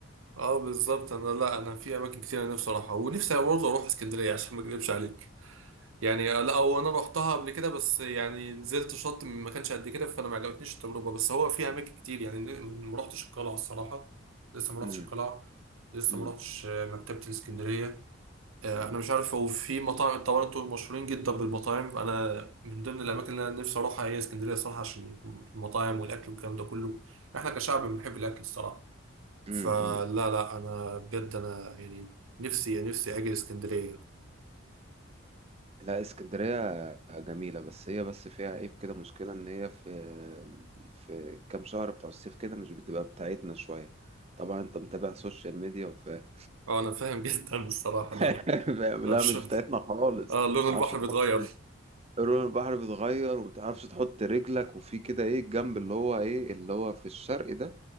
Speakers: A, on the right; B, on the right.
A: اه بالظبط انا لا انا في اماكن كتير أنا نفسي اروحها ونفسي برضه اروح اسكندرية عشان ما اكذبش عليك يعني لا هو انا رحتها قبل كده بس يعني نزلت شط ما كانش قد كده فانا ما عجبتنيش التجربه بس هو فيها اماكن كتير يعني ن- ما رحتش القلعه الصراحه لسه ما رحتش
B: مم.
A: القلعه لسه
B: مم.
A: ما رحتش آه، مكتبه الاسكندريه آه،
B: مم.
A: انا مش عارف هو في مطاعم طبعا انتوا مشهورين جدا بالمطاعم انا من ضمن الاماكن اللي انا نفسي اروحها هي اسكندريه صراحه عشان المطاعم والاكل والكلام ده كله احنا كشعب بنحب الاكل الصراحه
B: مم.
A: فلا
B: مم.
A: لا انا بجد انا يعني نفسي نفسي اجي اسكندريه
B: لا اسكندرية جميلة بس هي بس فيها عيب كده مشكلة إن هي في في كام شهر بتوع الصيف كده مش بتبقى بتاعتنا شوية طبعا أنت متابع سوشيال ميديا وفاهم
A: اه انا فاهم <laughs> جدا الصراحه
B: <laughs>
A: لا لا
B: فاهم؟
A: <laughs>
B: لا مش بتاعتنا خالص
A: اه لون
B: متعرفش
A: البحر
B: تحط
A: بيتغير
B: لون البحر بيتغير ومتعرفش تحط رجلك وفي كده ايه الجنب اللي هو ايه اللي هو في الشرق ده